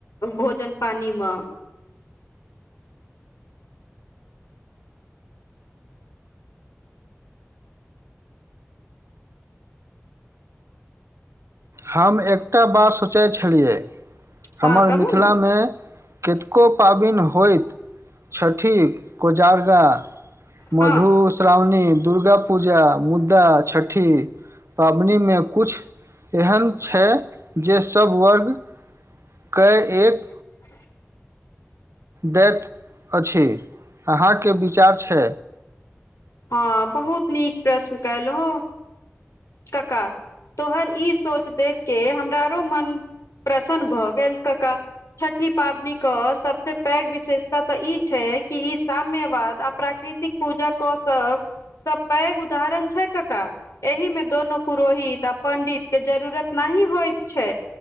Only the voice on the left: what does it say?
भोजन पानि म
हँ कहू
ने
हँ
<inaudible>
हँ बहुत नीक प्रश्न कयलौं कका। तोहर ई सोच देख के हमरा आरो मन प्रसन्न भऽ गेल कका। छठि पाबनीक सबस पैघ विशेषता तऽ ई छै कि ई साम्यवाद आ प्राकृत तिक पूजा कऽ सबस पैघ उदाहरण छै कका। एहि मे दोनो पुरोहित आ पण्डित के जरूरत नाही होइत छै।